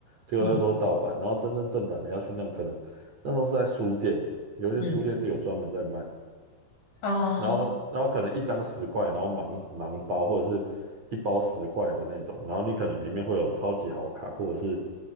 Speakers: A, on the right (about 35°); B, on the left (about 60°).
A: 结果那个都是盗版。
B: 嗯
A: 然后真正正版的要去那种可能那时候是在书店，有一些书店是有专门在卖，
B: 嗯，哦
A: 然后然后可能一张十块，然后盲盲包或者是一包十块的那种，然后你可能里面会有超级好卡，或者是